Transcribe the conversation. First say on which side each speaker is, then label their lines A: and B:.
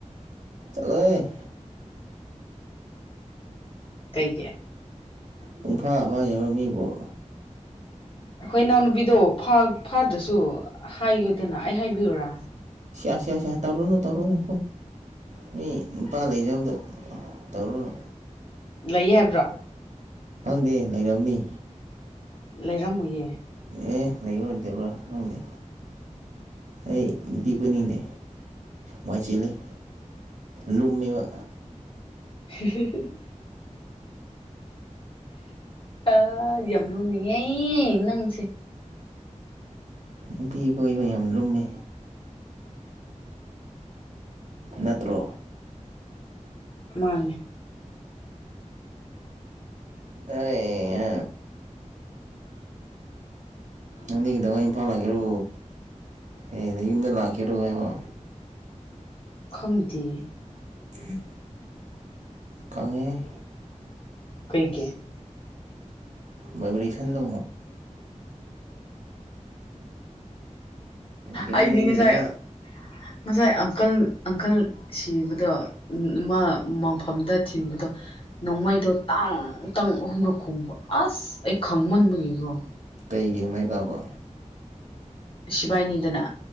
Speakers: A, on the right (about 70°); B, on the left (about 45°).
A: ꯆꯠꯂꯣꯏ
B: ꯀꯩꯒꯤ
A: ꯄꯨꯡꯐꯥ ꯐꯥ ꯌꯧꯔꯝꯃꯤꯕꯨꯣ
B: ꯍꯣꯏ ꯏꯅꯥꯎꯅꯨꯄꯤꯗꯣ ꯐꯥꯗ꯭ꯔꯁꯨ ꯍꯥꯏꯒꯗꯅ ꯑꯩ ꯍꯥꯏꯕꯤꯔꯨꯔꯥ
A: ꯁꯤ ꯁꯤꯌꯥꯁꯦ ꯇꯧꯔꯣꯅ ꯇꯧꯔꯣ ꯅꯣ ꯃꯤ ꯅꯨꯄꯥ ꯂꯩꯖꯕꯗꯣ ꯇꯧꯔꯨꯅꯨ
B: ꯂꯩ ꯍꯥꯏꯕ꯭ꯔꯣ
A: ꯈꯪꯗꯦ ꯂꯩꯔꯝꯅꯤ
B: ꯂꯩꯔꯝꯃꯣꯏꯌꯦ
A: ꯑꯦ ꯂꯩꯕꯗꯕ꯭ꯔꯣ ꯂꯪꯅꯦ ꯑꯩ ꯄꯕꯨꯅꯤꯡꯗꯦ ꯃꯥꯏꯁꯤꯦ ꯂꯩ ꯂꯨꯝꯝꯃꯤꯕ
B: <inaudible> ꯑ ꯌꯥꯝ ꯅꯨꯅꯤꯡꯉꯦ ꯅꯪꯁꯦ
A: ꯅꯨꯄꯤ ꯀꯣꯏꯕ ꯌꯥꯝ ꯂꯨꯝꯃꯤ ꯅꯠꯇ꯭ꯔꯣ
B: ꯃꯥꯅꯦ
A: ꯑ ꯑ ꯑ ꯍꯅꯤꯗꯉ ꯏꯝꯐꯥꯜ ꯂꯥꯛꯀꯦꯔꯣ ꯑꯦꯅꯦ ꯌꯨꯝꯗ ꯂꯥꯛꯀꯦꯔꯣ ꯍꯥꯏꯕ
B: ꯈꯪꯗꯦ
A: ꯎꯝ ꯈꯪꯉꯦ
B: ꯀꯩ ꯀꯦ
A: ꯚꯥꯏꯕ꯭ꯔꯦꯁꯟꯗꯣ ꯕꯦꯔꯥꯅꯤ
B: ꯑꯩꯗꯤ ꯉꯁꯥꯏ
A: ꯕꯦꯔꯥ
B: ꯉꯁꯥꯏ ꯑꯪꯀꯜ ꯑꯪꯀꯜ ꯁꯤꯕꯗꯣ ꯃꯥ ꯃꯪꯐꯝꯗ ꯊꯤꯟꯕꯗꯣ ꯅꯣꯡꯃꯩꯗꯣ ꯇꯥꯡ ꯈꯤꯇꯪ ꯑꯍꯨꯝꯂꯛ ꯈꯣꯡꯕ ꯑꯁ ꯑꯩ ꯈꯪꯃꯟꯕꯒꯤꯀꯣ
A: ꯀꯩꯒꯤ ꯃꯩ ꯀꯥꯕꯣ
B: ꯁꯤꯕꯥꯏꯅꯤꯗꯅ